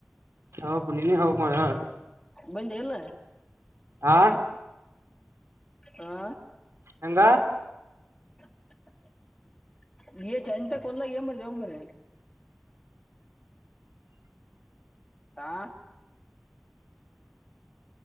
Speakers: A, on the right; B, on the left.
A: ಹೌಬು ನೀನ ಹೇಳ್ಬೇಕು ಹೇಳ.
B: ಬಂದೆ ಇಲ್ಲಾ.
A: ಆ.
B: ಹಾ.
A: ಹೆಂಗ.
B: ಹ. <inaudible> ನೀ ಚಂತ ಕೊಲ್ಲ ಇನ ಮಾಡ್ಡ್ಯೋ ಮಾರಾಯ. ಹಾ.